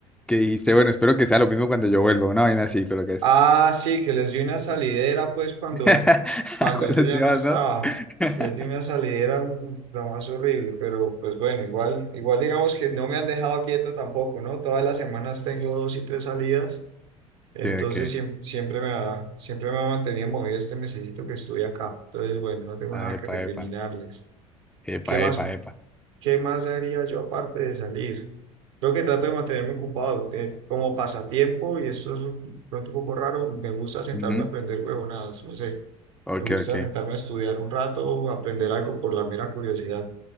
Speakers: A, in the centre; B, on the right.
A: que dijiste, bueno, espero que sea lo mismo cuando yo vuelva, una vaina así, creo que es.
B: ah, sí, que les di una salidera pues cuando,
A: <laughs>
B: cuando
A: Cuando
B: yo ya
A: te
B: no
A: vas,
B: estaba.
A: ¿no? <laughs>
B: Les di una salidera mm, la más horrible, pero pues bueno, igual, igual digamos que no me han dejado quieto tampoco, ¿no? Todas las semanas tengo dos y tres salidas. Entonces
A: Ok, ok.
B: siem- siempre me ha, siempre me ha mantenido movido este mesecito que estuve acá. Entonces, bueno, no tengo
A: Ah,
B: nada que
A: epa,
B: recriminarles.
A: epa. Epa,
B: ¿Qué más,
A: epa, epa.
B: qué más haría yo aparte de salir? Creo que trato de mantenerme ocupado porque como pasatiempo, y eso es un- pronto un poco raro, me gusta sentarme
A: Ujú.
B: a aprender huevonadas, no sé.
A: Ok,
B: Me gusta
A: ok.
B: sentarme a estudiar un rato, aprender algo por la mera curiosidad.